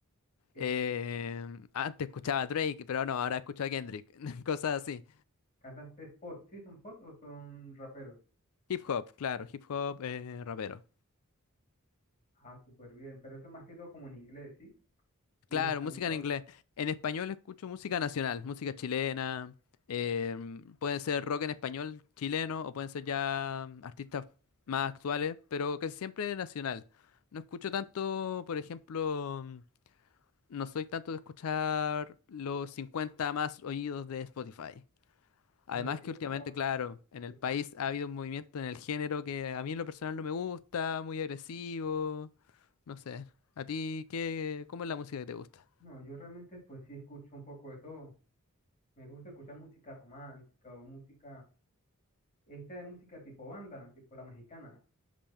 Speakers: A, on the left; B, on the left.
A: ¿Qué,
B: Eh, antes escuchaba a Drake, pero no, ahora escucho a Kendrick. <laughs> Cosas así.
A: ¿Cantantes pop? ¿Sí son pop o son raperos?
B: Hip hop, claro, hip hop, eh, rapero.
A: Ah, súper bien, pero eso más que todo como en inglés, ¿sí? Y
B: Claro,
A: en español.
B: música en inglés. En español escucho música nacional, música chilena. em, pueden ser rock en español chileno o pueden ser ya artistas más actuales, pero casi siempre nacional. No escucho tanto, por ejemplo, no soy tanto de escuchar los 50 más oídos de Spotify. Además
A: No, yo sí
B: que últimamente,
A: como
B: claro, en el
A: te escucho.
B: país ha habido un movimiento en el género que a mí en lo personal no me gusta, muy agresivo, no sé. ¿A ti qué, cómo es la música que te gusta?
A: No, yo realmente pues sí escucho un poco de todo. Me gusta escuchar música romántica o música, esta es música tipo banda, tipo la mexicana.